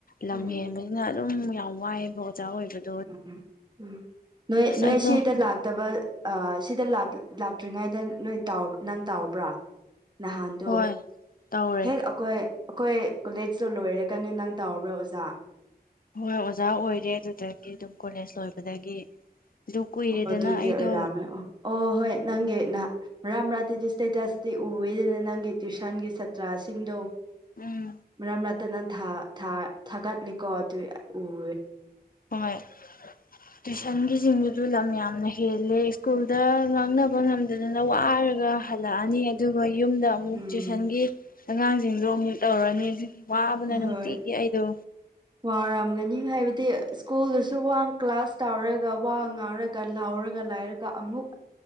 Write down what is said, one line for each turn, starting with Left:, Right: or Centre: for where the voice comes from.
Left: ꯂꯝ
Right: ꯎꯝ
Left: ꯍꯦꯟꯕ ꯑꯩꯅ ꯑꯗꯨꯝ ꯌꯥꯝ ꯋꯥꯏꯑꯕ ꯑꯣꯖꯥ ꯑꯣꯏꯕꯅꯤ
Right: ꯎꯝ ꯎꯝ ꯅꯣꯏ ꯅꯣꯏ
Left: ꯑꯩꯗꯣ
Right: ꯁꯤꯗ ꯂꯥꯛꯇꯕ ꯁꯤꯗ ꯂꯥꯛꯇ꯭ꯔꯤꯉꯩꯗ ꯅꯣꯏ ꯅꯪ ꯇꯥꯎꯕ꯭ꯔꯥ ꯅꯍꯥꯟꯗ
Left: ꯍꯣꯏ ꯇꯧꯔꯦ
Right: ꯍꯦꯛ ꯑꯩꯈꯣꯏ ꯑꯩꯈꯣꯏ ꯀꯣꯂꯦꯖꯇ ꯂꯣꯏꯔꯀꯅꯤ ꯅꯪ ꯇꯧꯔꯕ꯭ꯔꯣ ꯑꯣꯖꯥ
Left: ꯍꯣꯏ ꯑꯣꯖꯥ ꯑꯣꯏꯔꯦ ꯑꯗꯨꯗꯒꯤ ꯑꯗꯨꯝ ꯀꯣꯂꯦꯖ ꯂꯣꯏꯕꯗꯒꯤ ꯑꯗꯨ ꯀꯨꯏꯔꯦꯗꯅ
Right: ꯑꯣ ꯑꯗꯨꯒꯤ
Left: ꯑꯩꯗꯣ
Right: ꯑꯣꯏꯔꯝꯃꯦ ꯑꯣ ꯑꯣ ꯍꯣꯏ ꯅꯪꯒꯤ ꯅꯍ ꯃꯔꯥꯥꯇꯤ ꯏꯁꯇꯦꯇꯁꯇꯤ ꯎꯋꯗꯅ ꯅꯪꯒꯤ ꯇ꯭ꯋꯨꯁꯟꯒꯤ ꯁꯥꯇ꯭ꯔꯥꯁꯤꯡꯗꯣ
Left: ꯎꯝ
Right: ꯃꯔꯝ ꯅꯠꯇ ꯅꯪꯥ ꯊꯥꯒꯠꯂꯦꯀꯣ ꯑꯗꯨ ꯎꯔꯦ
Left: ꯍꯣꯏ ꯇꯨꯏꯤꯁꯟꯒꯤ ꯆꯤꯡꯗꯨꯁꯨ ꯂꯝ ꯌꯥꯝꯅ ꯍꯦꯜꯂꯦ ꯁ꯭ꯀꯨꯜꯗ ꯉꯥꯡꯅꯕ ꯉꯝꯗꯗꯅ ꯋꯥꯔꯒ ꯍꯜꯂꯛꯑꯅꯤ ꯑꯗꯨꯒ ꯌꯨꯝꯗ ꯑꯃꯨꯛ
Right: ꯎꯝ
Left: ꯇ꯭ꯏꯤꯁꯟꯒꯤ ꯑꯉꯥꯡꯁꯤꯡꯗꯣ ꯑꯃꯨꯛ ꯇꯧꯔꯅꯤ ꯑꯗꯨꯒꯤ ꯋꯥꯕꯅ ꯅꯨꯡꯇꯤꯒꯤ
Right: ꯍꯣꯏ
Left: ꯑꯩꯗꯣ
Right: ꯋꯥꯔꯝꯒꯅꯤ ꯍꯥꯏꯕꯗꯤ ꯁ꯭ꯀꯨꯜꯗꯁꯨ ꯋꯥ ꯀ꯭ꯂꯥꯁ ꯇꯧꯔꯒ ꯋꯥ ꯉꯥꯡꯔꯒ ꯂꯥꯎꯔꯒ ꯂꯥꯏꯔ ꯀ ꯑꯃꯨꯛ